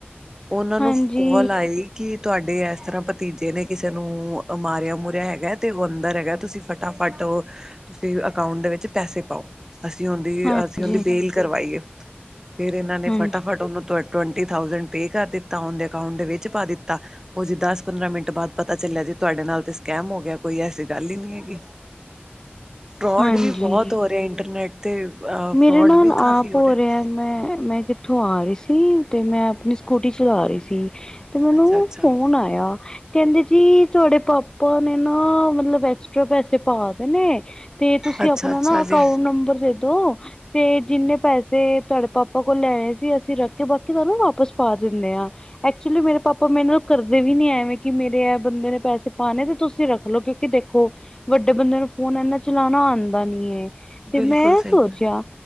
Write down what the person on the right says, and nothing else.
ਉਹਨਾਂ ਨੂੰ,
ਫੋ ਕੋਲ ਆਈ। ਕੀ ਤੁਹਾਡੇ, ਇਸ ਤਰਾਂ ਭਤੀਜੇ, ਨੇ ਕਿਸੇ ਨੂੰ, ਮਾਰਿਆ- ਮੁਰਿਆ, ਹੈਗਾ ਤੇ, ਉਹ ਅੰਦਰ ਹੈਗਾ। ਤੁਸੀਂ- ਫਟਾਫਟ। ਤੁਸੀਂ ਅਕਾਊਂਟ, ਦੇ ਵਿੱਚ ਪੈਸੇ ਪਾਓ। ਅਸੀਂ ਉਹਦੀ,
ਅਸੀਂ ਉਹਦੀ ਬੇਲ ਕਰਵਾਈ ਏ। ਫੇਰ ਇਹਨਾਂ ਨੇ,
ਫਟਾਫਟ ਉਹਨੂੰ, ਟਵੰਟੀ ਥਾਊਸੈਂਡ, ਪੇ ਕਰ ਦਿੱਤਾ। ਉਹਦੇ ਅਕਾਊਂਟ ਦੇ ਵਿੱਚ ਪਾ ਦਿੱਤਾ। ਉਹ ਜੀ, ਦਸ, ਪੰਦਰਾਂ ਮਿੰਟ ਬਾਅਦ, ਪਤਾ ਚੱਲਿਆ ਜੀ। ਤੁਹਾਡੇ ਨਾਲ ਤੇ, ਸਕੈਮ ਹੋ ਗਿਆ। ਕੋਈ ਐਸੀ, ਗੱਲ ਹੀ ਨਹੀਂ ਹੈਗੀ। <inaudible> ਫਰੋਡ
ਵੀ, ਬਹੁਤ ਹੋ ਰਿਹਾ, ਇੰਟਰਨੈਟ ਤੇ। ਅ
ਫਰੋਡ
ਵੀ ਕਾਫੀ
ਹੋ ਰਿਹਾ।
ਅੱਛਾ ਅੱਛਾ
ਅੱਛਾ
ਅੱਛਾ
ਜੀ
ਬਿਲਕੁਲ
ਸਹੀ
ਕਹਿ ਰਹੇ